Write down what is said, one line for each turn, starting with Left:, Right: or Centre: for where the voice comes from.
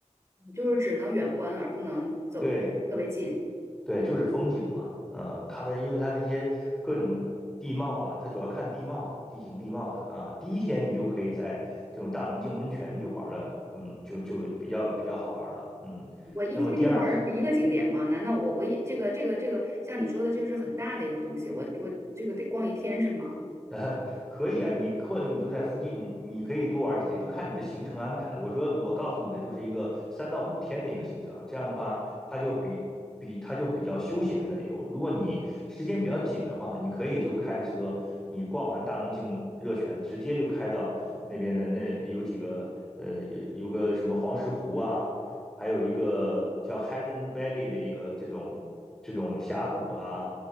Right: 就是只能远观而不能走特别近。
Centre: 对对，就是风景嘛，啊，它的因为它的一些各种地貌啊，它主要看地貌的，地形地貌的啊，第一天你就可以在这种大棱镜温泉就玩了，嗯，就就比较比较好玩了，嗯。
Right: 我一天就玩儿一个景点吗？
Centre: 那么第二天
Right: 难道我我一这个这个这个像你说的，这是很大的一个东西，我我这个得逛一天是吗？
Centre: 呃，可以啊，你或者你就在附近，你可以多玩几天，就看你的行程安排了。我说我告诉你的就是一个三到五天的一个行程，这样的话，它就比比它就比较休闲的游。如果你时间比较紧的话，你可以就开着车，你逛完大棱镜热泉，直接就开到那边的那那有几个呃有个什么黄石湖啊，还有一个叫 Hidden Valley 的一个这种这种峡谷啊。